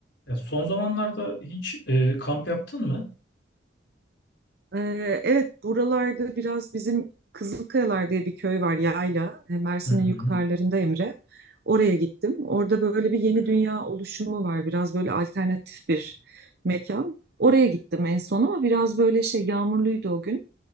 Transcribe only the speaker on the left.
Ya son zamanlarda hiç e, kamp yaptın mı?
Hı hı.